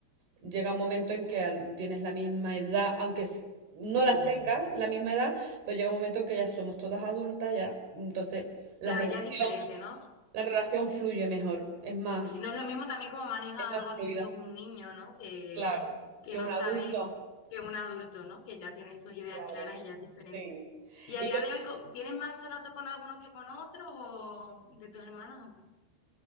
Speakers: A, on the right (about 75°); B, on the left (about 60°).
A: llega un momento en que al- tienes la misma edad, aunque s- no las
B: Sí.
A: tengas la misma edad, pues llega un momento en que ya somos todas adultas, ya, entonces la
B: Claro,
A: relación,
B: ya es diferente, ¿no?
A: la relación fluye mejor, es más,
B: Sí, no es lo mismo también como maneja
A: es más
B: los asuntos
A: fluida,
B: un niño, ¿no? Que,
A: claro,
B: que
A: que
B: no
A: un
B: sabe
A: adulto.
B: que un adulto, ¿no? Que ya tiene sus ideas
A: Claro.
B: claras y ya es diferente.
A: Sí.
B: ¿Y a
A: Y
B: día
A: con-
B: de hoy co- tienes más trato con algunos que con otros o de tus hermanas o qué?